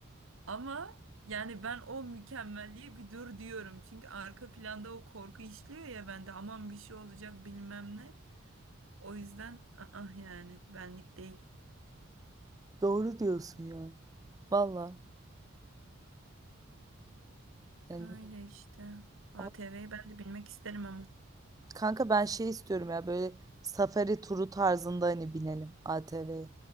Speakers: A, on the right (about 70°); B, on the right (about 15°).
A: Ama yani ben o mükemmelliğe bir dur diyorum. Çünkü arka planda o korku işliyor ya bende aman bir şey olacak bilmem ne. O yüzden ah yani benlik değil.
B: Doğru diyorsun ya. Valla. Yani,
A: Öyle işte. ATV'yi
B: ama
A: ben de bilmek isterim ama.
B: kanka ben şey istiyorum ya böyle safari turu tarzında hani binelim ATV'ye.